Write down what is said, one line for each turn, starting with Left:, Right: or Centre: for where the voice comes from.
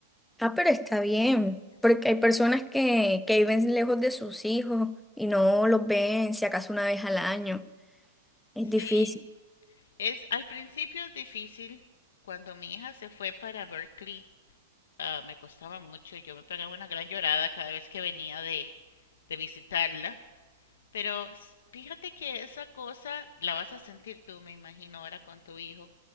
Centre: Ah, pero está bien, porque
Left: Sí.
Centre: hay personas que, que viven lejos de sus hijos y no los ven si acaso una vez al año. Es
Left: Sí,
Centre: difícil.
Left: Es al principio difícil. Cuando mi hija se fue para Berkeley, ah, me costaba mucho. Yo me pegaba una gran llorada cada vez que venía de, de visitarla. Pero s- fíjate que esa cosa la vas a sentir tú, me imagino, ahora con tu hijo.